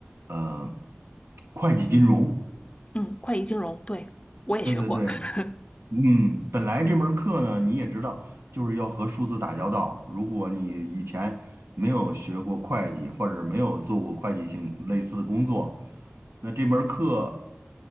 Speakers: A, on the right (about 80°); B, on the left (about 30°).
A: 呃，会计金融。
B: 嗯，会计金融，对，我也学过。
A: 对对对，
B: <laughs>
A: 嗯，本来这门儿课呢，你也知道，就是要和数字打交道。如果你以前没有学过会计，或者没有做过会计性类似的工作，那这门儿课